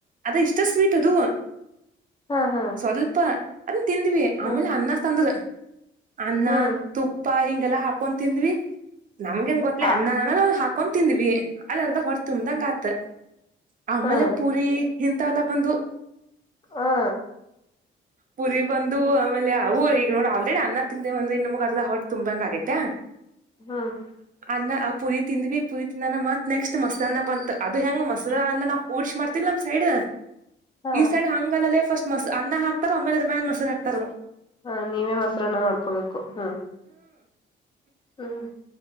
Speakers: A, on the right (about 40°); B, on the left (about 25°).
A: ಅದ ಇಷ್ಟ ಸ್ವೀಟ್ ಅದು
B: ಹಾ ಹಾ
A: ಸ್ವಲ್ಪ ಅದನ್ ತಿಂದ್ವಿ
B: ಹ್ಮ್
A: ಆಮೇಲೆ ಅನ್ನ ತಂದ್ರ ಅನ್ನ
B: ಹ್ಮ್
A: ತುಪ್ಪ ಹಿಂಗೆಲ್ಲಾ ಹಾಕೊಂಡ್ ತಿಂದ್ವಿ ನಮ್ಗೆನ್ ಗೊತ್ತಲಿ
B: ಆ
A: ಅನ್ನ ನಾ್ ಹಾಕ ಕಂತ್ ತಿಂದ್ವಿ ಅಲ್ಲರ್ದ ಹೊರ ತುಂಬ್ದಂಗ ಆತ್ ಆಮೇಲೆ
B: ಹ್ಮ್
A: ಪೂರಿ ಎಲ್ಲ ಬಂದು
B: ಹಾ
A: ಪುರಿ ಬಂದು ಆಮೇಲೆ ಅವು ಈಗ ನೋಡ ಆಲ್ರೆಡಿ ಅನ್ನ ತಿಂದೆ ಅಂದ್ರೆ ಇನ್ನುೊಗರ್ಲ್ಲ ಹೊಟ್ ತುಂಬಾಂಗ ಆಗೈತೆ
B: ಹ್ಮ್
A: ಅನ್ನ ಪುರಿ ತಿಂದ್ವಿ ಪುರಿ ತಿಂದನ್ನಾನ ಮತ್ ನೆಕ್ಸ್ಟ್ ಮಸದ ಅಾನ ಬಂತತ್ ಅದು ಹೆಂಗ ಮಸದ ಅ ನಾ ಕಡ್ಸಿ ಮಾಡ್ತತಿವಿ ನ್ ಸೈಡ್
B: ಹ
A: ಈ ಸೈಡ್ ಹಂಗದಲ್ಲೇ ಫಸ್ಟ್ ಮ ಅನ್ನ ಹಾಕ್ತಾರ ಆಮೇಲೆ ಅಮ್ಯಾನ್ ಮಸರು ಹಾಕ್ತಾರ
B: ಹಾ ನೀವೇ ಮೊಸರನ್ನ ಮಾಡ್ಕೋಬೇಕು ಹ್ಮ್ ಹ್ಮ್